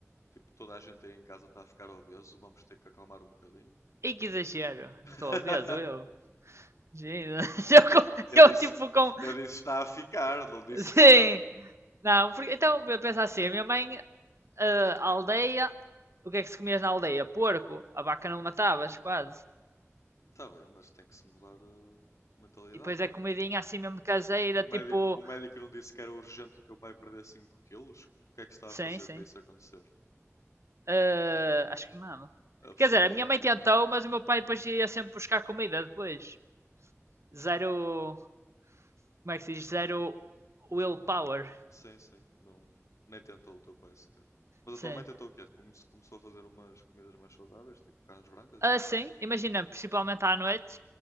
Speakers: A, on the left; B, on the right.
A: tipo, toda a gente aí em casa está a ficar obeso, vamos ter que acalmar um bocadinho?
B: E que exagero.
A: <laughs>
B: Não estou obeso, eu. Jesus. <laughs> Eu, com-
A: Eu
B: eu
A: disse,
B: tipo com.
A: eu disse está a ficar, não disse
B: Sim.
A: que está.
B: Não, porque, então eu penso assim. A minha mãe, ah, a aldeia. O que é que se comias na aldeia? Porco. A vaca não matavas, quase.
A: está bem, mas tem que se mudar eh, a mentalidade,
B: E depois
A: não
B: é comidinha
A: é?
B: assim mesmo caseira,
A: O médico,
B: tipo.
A: o médico não disse que era urgente o teu pai perder 5 quilos? O que é que se está
B: Sim,
A: a fazer
B: sim.
A: para isso acontecer?
B: Ah, acho que não.
A: Absolutamente
B: Quer dizer, a minha mãe tentou,
A: nada.
B: mas o meu pai depois ia sempre buscar comida depois. Zero. Como é que se diz? Zero willpower.
A: Sim, sim. Não, nem tentou o teu pai sequer. Mas
B: Sim.
A: a tua mãe tentou o quê? Come- Começou a fazer umas comidas mais saudáveis, tipo carnes brancas
B: Ah,
A: e assim?
B: sim, imagina, principalmente à noite,